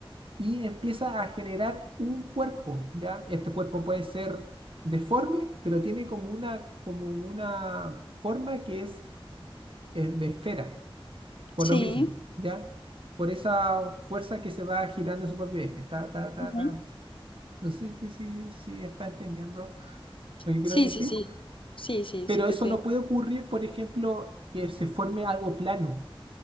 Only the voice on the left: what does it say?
Sí.
Ujú.
Sí,
sí, sí. Sí, sí,
sí, te
estoy